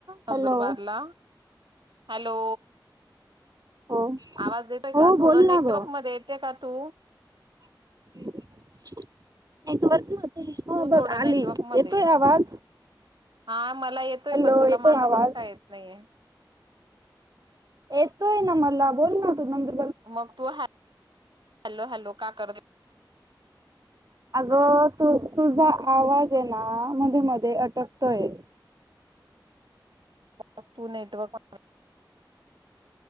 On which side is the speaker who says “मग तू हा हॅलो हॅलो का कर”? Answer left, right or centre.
Right